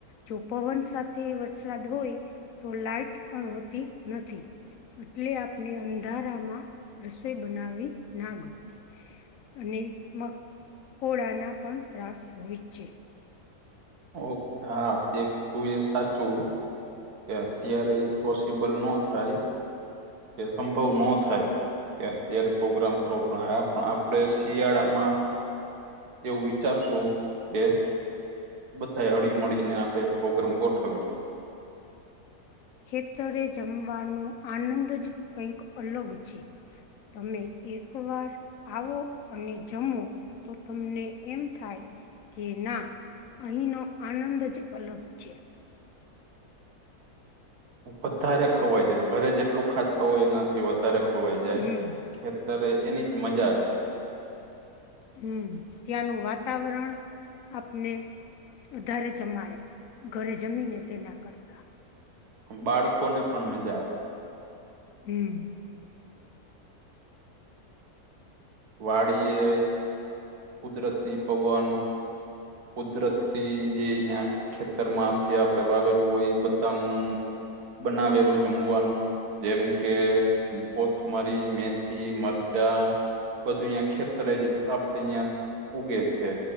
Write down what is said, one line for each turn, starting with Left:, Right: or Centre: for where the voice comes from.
Left: જો પવન સાથે વરસાદ હોય તો લાઈટ પણ હોતી નથી એટલે આપણે અંધારામાં બનાવી ના ગમે અને મકોળા ના પણ ત્રાસ હોય છે
Right: ઓકે હા તે તું એ સાચું કે અત્યારે ઈ પોસિબલ ન થાય કે સંભવ ન થાય કે અત્યારે પ્રોગ્રામ કરો પણ આપ આપણેે શિયાળામાં એવું વિચારશું કે બધા હળી મળીને આપણેે પ્રોગ્રામ ગોઠવીએ
Left: ખેતરે જમવાનો આનંદ જ કંઈક અલગ છે તમે એક વાર આવો અને જમો તો તમને એમ થાય કે ના અહીંનો આનંદ જ અલગ છે
Right: વધારે ખવાઈ જાય ઘરે જેટલું ખાતા હોય એનાથી વધારે ખવાઈ જાય
Left: હમ
Right: ત્યારે એની જ મજા છે
Left: હમ ત્યાંનું વાતાવરણ આપને વધારે જમાડે ઘરે જમીને તેના કરતા
Right: બાળકો ને પણ મજા આવે
Left: હમ
Right: વાડી એ કુદરતી પવન કુદરતી જે અહીયા <unintelligible> ખેતર માં આપથી આપણે વાવેલું હોય બધાનું બનાવેલું જમવાનું જેમ કે કોથમરી મેથી મરચાં બધું અંયા ખેતરે જ આપ અહિયાં ઉગે છે